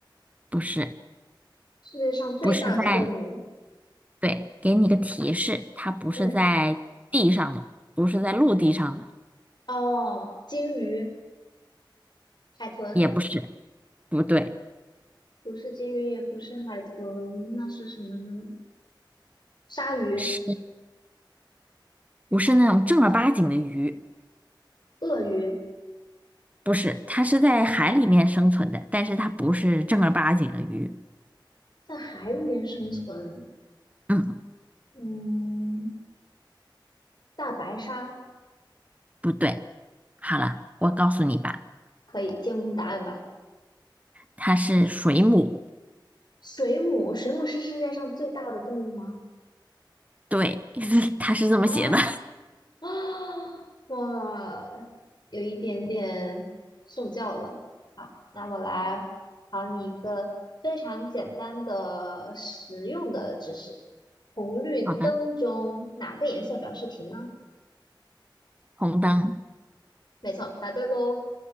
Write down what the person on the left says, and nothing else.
世界上最大的动物，
嗯，
哦，鲸鱼。海豚
不是鲸鱼，也不是海豚，那是什么呢？鲨鱼、
鳄鱼
在海里面生存。
嗯，大白鲨
可以揭幕答案吧？
水母，水母是世界上最大的动物吗？
啊、啊，哇，有一点点受教了。好，那我来考你一个非常简单的实用的知识：红绿灯中哪个颜色表示停呢？
没错，答对喽。